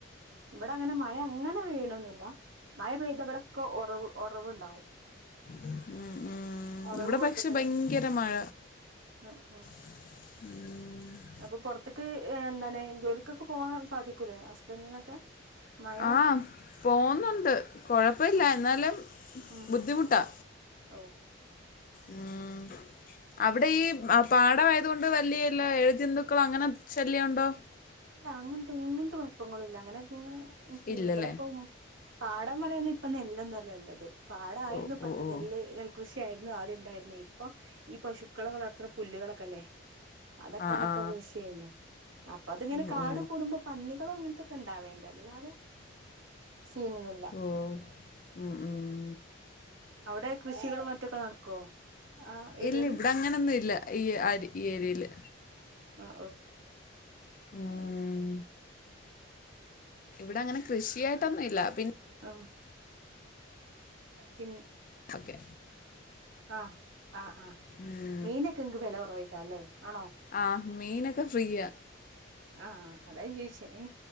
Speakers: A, on the right; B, on the left.
A: ഇവിടെ അങ്ങനെ മഴ അങ്ങനെ വെയ്യണന്നല്ല മഴ പെയ്ത ഇവിടെക്കെ ഉറവ് ഒറവുണ്ടാവും
B: ഉ ഉം
A: ഉറവ്
B: ഇവിടെ
A: പൊട്ടും
B: പക്ഷെ
A: ഇങ്ങനെ
B: ഭയങ്കര മഴ
A: ഉം ഉം
B: ഉം
A: അപ്പൊ പുറത്തേക്ക് എന്താണ് ജോലിക്കൊക്കെ പോകാൻ സാധിക്കൂല്ലേ ഹസ്ബൻഡിനൊക്കെ മഴ
B: ആഹ് പോവുന്നുണ്ട് കുഴപ്പമില്ല
A: ആഹ്
B: എന്നാലും
A: ഉം
B: ബുദ്ധിമുട്ടാ
A: ഓഹ്
B: ഉം അവിടെ ഈ പാടമായതുകൊണ്ട് വലിയ വല്ല എഴ ജന്തുക്കളും അങ്ങനെ ശല്യമുണ്ടോ
A: ഇല്ല അങ്ങനത്തെ ഇങ്ങനത്തെ കുഴപ്പങ്ങളുംല്ല അങ്ങനെക്കെങ്ങെ പിന്നെ
B: ഇല്ലല്ലേ
A: എവിടെപ്പ പാടം പറയുന്ന ഇപ്പ നെല്ല്ലൊന്നുംുമല്ല ഉള്ളത് പാടമായിരുന്നു
B: ഓ
A: പണ്ട്
B: ഓ ഓ
A: നെല്ല് കൃഷിയായിരുന്നു ആദ്യം ഉണ്ടായിരുന്നത് ഇപ്പൊ ഈ പശുക്കള വളർത്തുന്ന പുല്ലുകളൊക്കെ അല്ലേ അതൊക്കെയാണ്
B: ആ
A: ഇപ്പൊ
B: ആ
A: കൃഷി ചെയ്യുന്നു അപ്പ അതിങ്ങനെ
B: ഓ
A: കാട്
B: ഓ
A: കൂടുമ്പോൾ പന്നികളും അങ്ങനത്തെക്കെ ഉണ്ടാവേണ്ട് അല്ലാതെ സീനന്നല്ല
B: ഓ ഉം ഉം
A: അവിടെ കൃഷികളോ മറ്റൊക്കെ നടക്കുവോ ആ ഏരിയയില്
B: ഇല്ല ഇവിടെ അങ്ങനൊന്നും ഇല്ല ഈ ഏരിയയില്
A: ആഹ
B: ഉം.
A: ഓ
B: ഇവിടെ അങ്ങനെ കൃഷിയായിട്ടൊന്നും ഇല്ല പിന്നെ
A: ആ പിന്നെ
B: ഒക്കെ
A: ആഹ് ആഹ് ആഹ്
B: ഉം
A: മീനൊക്കെ ങ്ങ ക്ക് വിലക്കുറവേക്കാരം ല്ലേ ആണോ
B: ആഹ മി നൊക്കെ ഫ്രീയ
A: ആഹ അതാ ചോദിച്ചേ